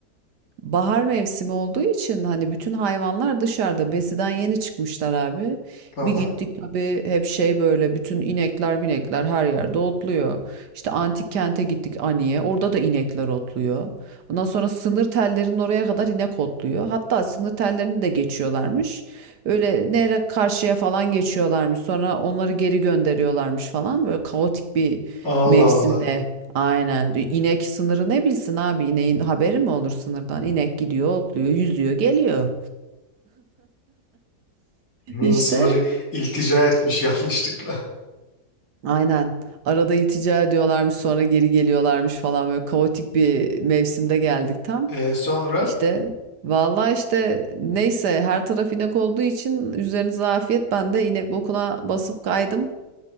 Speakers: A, on the right (about 75°); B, on the left (about 55°).
A: Bahar mevsimi olduğu için hani bütün hayvanlar dışarıda besiden yeni çıkmışlar abi.
B: Tamam.
A: Bir gittik tabii hep şey böyle bütün inekler binekler her yerde otluyor. İşte antik kente gittik Ani'ye orada da inekler otluyor. Ondan sonra sınır tellerinin oraya kadar inek otluyor. Hatta sınır tellerini de geçiyorlarmış. Öyle nehre karşıya falan geçiyorlarmış. Sonra onları geri gönderiyorlarmış falan. Böyle kaotik bir
B: Allah
A: mevsimde
B: Allah.
A: Aynen. Bir İnek sınırı ne bilsin abi? İneğin haberi mi olur sınırdan? İnek gidiyor, otluyor, yüzüyor, geliyor.
B: Yemeğin
A: İşte
B: sınırı iltica etmiş <laughs> yanlışlıkla.
A: aynen. Arada itica ediyorlarmış, sonra geri geliyorlarmış falan böyle kaotik bir mevsimde geldik tam.
B: E, sonra?
A: İşte vallahi işte neyse her taraf inek olduğu için üzerinize afiyet. Ben de inek bokuna basıp kaydım.